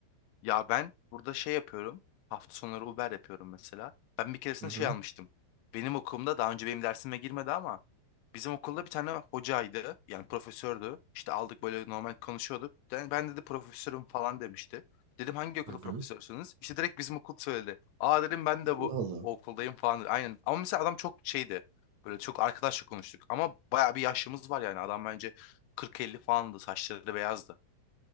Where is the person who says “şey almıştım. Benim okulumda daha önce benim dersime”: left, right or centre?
Left